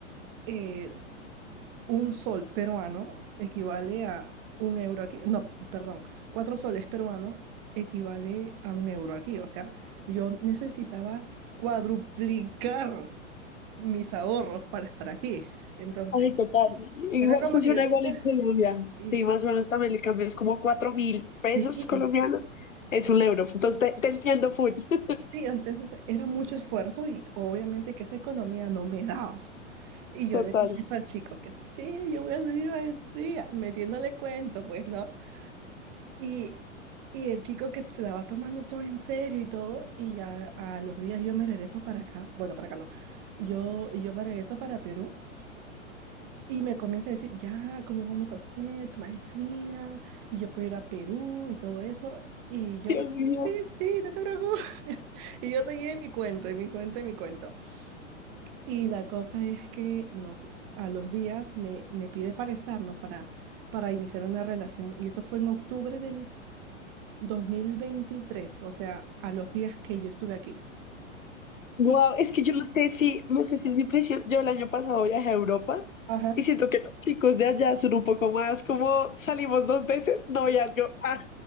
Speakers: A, on the right; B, on the left.
A: eh, un sol peruano equivale a un euro aquí. No, perdón, cuatro soles peruanos equivale a un euro aquí. O sea, yo necesitaba cuadruplicar mis ahorros para estar aquí. Entonces,
B: Ay, total. Igual,
A: era como
B: funciona
A: que yo tenía...
B: igual en Colombia.
A: y-
B: Sí, más o menos también el cambio es como cuatro mil
A: Sí,
B: pesos colombianos. Es un euro. Entonces te, te entiendo full. <laughs>
A: sí, entonces era mucho esfuerzo y obviamente que esa economía no me daba. Y yo
B: Total.
A: le dije eso al chico, que sí, yo voy a hacer mi maestría, metiéndole cuento, pues, ¿no? Y, y el chico que se la va tomando todo en serio y todo, y ya a los días yo me regreso para acá, bueno, para acá no, yo, yo me regreso para Perú y me comienza a decir, ya, ¿cómo vamos a hacer tu maestría? Y yo puedo ir a Perú y todo eso. Y yo,
B: Dios
A: sí,
B: mío.
A: sí, sí, no te preocupes. <laughs> Y yo seguía en mi cuento, en mi cuento, en mi cuento. Y la cosa es que nos, a los días me, me pide para estarnos, para, para iniciar una relación. Y eso fue en octubre del... 2023, o sea, a los días que yo estuve aquí.
B: Wow,
A: Y,
B: es que yo no sé si, no sé si es mi impresión. Yo el año pasado viajé a Europa
A: ajá.
B: y siento
A: <laughs>
B: que los chicos de allá son un poco más como salimos dos veces, noviazgo. <laughs> Ah,